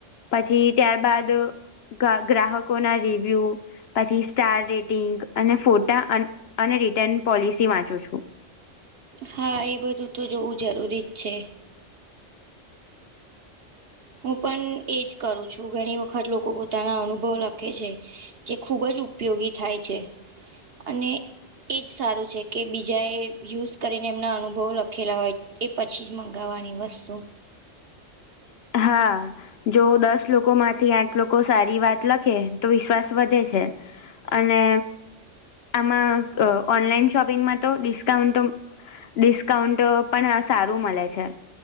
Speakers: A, on the left (about 65°); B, on the right (about 60°).
A: પછી ત્યારબાદ ગા ગ્રાહકો ના રિવ્યુ. પછી સ્ટાર રેટિંગ અને ફોટા અને અને રિટર્ન પોલિસી વાંચું છું.
B: હા એ બધું તો જોવું જરૂરી જ છે. હું પણ એજ કરું છું ઘણી વખત લોકો પોતાના અનુભવ લખે છે. જે ખૂબજ ઉપયોગી થાય છે અને. એ જ સારું છે, કે બીજાએ યુઝ કરીને એમના અનુભવો લખેલા હોય. એ પછી જ મંગાવવાની વસ્તુ
A: હા. જો દસ લોકો માંથી આઠ લોકો સારી વાત લખે તો વિશ્વાસ વધે છે. અને આમાં અ ઓનલાઈન શોપિંગમાં તો ડિસ્કાઉન્ટ તો. ડિસ્કાઉન્ટ પણ સારું મળે છે